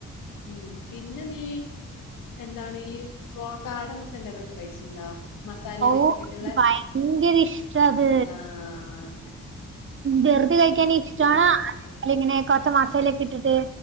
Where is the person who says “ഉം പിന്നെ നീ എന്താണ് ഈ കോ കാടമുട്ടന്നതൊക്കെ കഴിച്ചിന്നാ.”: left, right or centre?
Left